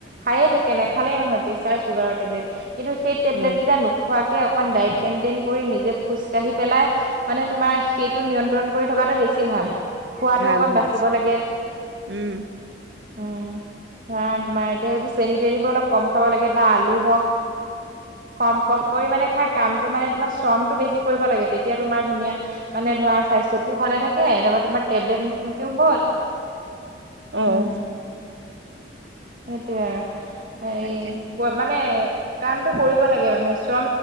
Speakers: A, on the right; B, on the right.
A: খায়ে থাকে নেখালেই নহয় প্ৰেছাৰ চুগাৰৰ টেবলেট। কিন্তু, সেই টেবলেট
B: অ',
A: কেইটা নোখোৱাকে অকণমান ডায়েট মেইনটেইন কৰি নিজে খোজকাঢ়ি পেলাই মানে তোমাৰ সেইটো নিয়ন্ত্ৰণ কৰি থকাটো বেছি ভাল। খোৱাটো
B: ভাল
A: অকণ
B: ভাল
A: বাচিব লাগে
B: উম।
A: উম, ধৰা তোমাৰ এতিয়া সেইবোৰ চেনী তেনিবোৰ অলপ কম খাব লাগে বা আলু হওক। কম কম কৰি মানে খাই কামটো মানে তোমাৰ শ্ৰমতটো বেছি কৰিব লাগে। তেতিয়া তোমাৰ ধুনীয়া মানে ধৰা স্বাস্থ্যটোও ভালে থাকে ধা তোমাৰ টেবলেট হ'ল
B: আহ।
A: উম সেইটোয়ে আৰু এই
B: তাকে
A: ক মানে কামটো কৰিব লাগে মানুহে।